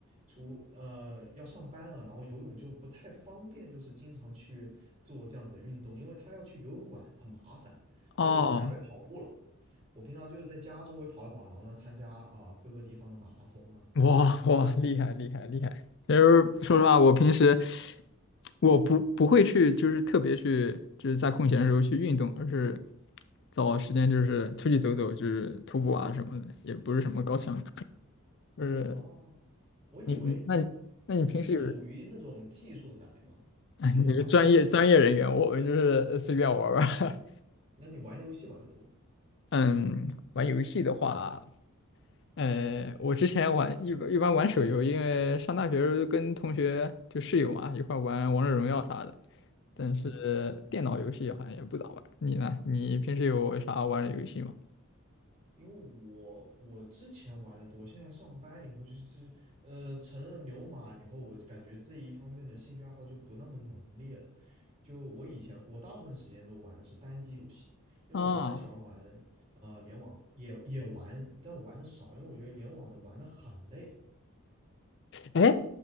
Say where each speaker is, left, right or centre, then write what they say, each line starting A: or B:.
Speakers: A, on the right; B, on the left.
A: 除呃要上班了，然后游泳就不太方便，就是经常去做这样子的运动，因为他要去游泳馆很麻烦，所以我就改为跑步了。
B: <laughs> 哦
A: 我平常就是在家周围跑一跑，然后呢参加啊、呃各个地方的马拉松啊。
B: 哇哇，厉害厉害厉害！就是说实话，我平时我不不会去，就是特别去，就是在空闲的时候去运动，而是找时间就是出去走走，就是徒步啊什么的，也不是什么高强度。就是
A: 哦，我以为
B: 你你那你那你平时有，
A: 你是属于那种技术宅吗？你平常玩游戏玩的多？
B: 哎，你是专业专业人员，我们就是随便玩儿玩儿。
A: 那你玩游戏玩的多吗
B: 嗯，玩游戏的话，呃，我之前玩一般一般玩手游，因为上大学的时候跟同学就室友嘛一块玩王者荣耀啥的，
A: 嗯
B: 但是电脑游戏好像也不咋玩。
A: 嗯。
B: 你呢？你平时有啥玩的游戏吗？
A: 因为我我之前玩的多，现在上班以后就是呃成了牛马以后，我感觉这一方面的兴趣爱好就不那么浓烈了。就我以前我大部分时间都玩的是单机游戏，因为我不太喜欢玩呃联网，
B: 啊，
A: 也也玩，但玩的少，因为我觉得联网的玩的很累。
B: 哎，